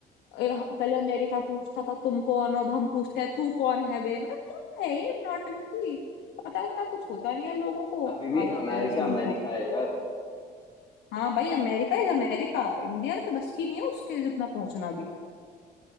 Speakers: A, on the left; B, on the left.
A: ए, ह- पहले अमेरिका पूछता था तुम कौन हो, अब हम पूछते हैं तू कौन है बे मतलब क्या है ये नौटंकी पता वता कुछ होता नहीं है लोगों को
B: अभी भी
A: आ जाते
B: अमेरिका
A: हैं बस मुंह
B: अमेरिका
A: उठा
B: है यार
A: हाँ भाई अमेरिका इज अमेरिका इंडिया तो बस की नहीं है उसके जितना पहुंचना भी